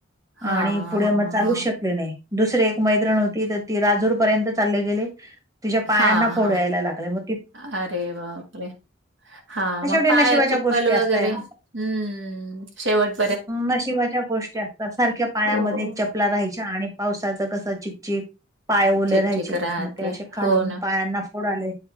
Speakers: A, on the right; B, on the right.
A: अ
B: हां,
A: आणि पुढं
B: हां,
A: म चालूच
B: हां.
A: शक चालू शकली नाही दुसरी एक मैत्रीण होती तर ती राजूर पर्यंत चालले गेले तिझ्या
B: हां,
A: पायांना फोड
B: हां.
A: यायला लागलय म
B: अरे बापरे. हा मग
A: शेवटी
B: पायात
A: नशिबाच्या
B: चप्पल
A: गोष्टी
B: वगैरे,
A: असता या
B: हम्म शेवट.
A: नशिबाच्या गोष्टी असतात सारख्या पायामध्ये
B: हो,
A: चप पला राहायच्या आणि पावसाचं कसं चिकचिक. पाय ओले
B: चिकचिक
A: राहयचे
B: राहते.
A: म ते असे घालून
B: हो ना.
A: पायांना फोड आले.